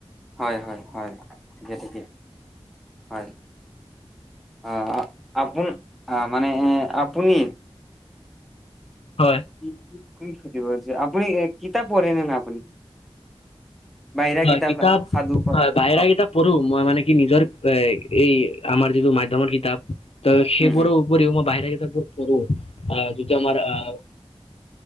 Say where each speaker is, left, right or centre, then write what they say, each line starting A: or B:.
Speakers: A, in the centre; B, on the left (about 70°).
A: হয় হয় হয়, ঠিক ঠিকে। হয়। অ', আপোন আহ মানে আপুনি
B: হয়।
A: কি কি সুধিব আপুনি কিতাপ পঢ়ে নে নাই আপুনি? বাহিৰা
B: হয় কিতাপ,
A: সাধু কথা
B: হয় বাহিৰা
A: অ
B: কিতাপ পঢ়ো মই মানে কি নিজৰ এ এই আমাৰ যিটো মাধ্যমৰ কিতাপ ত', সেইবোৰৰ
A: উম উম
B: উপৰিও মই বাহিৰ বোৰ পঢ়ো আহ যিটো আমাৰ আহ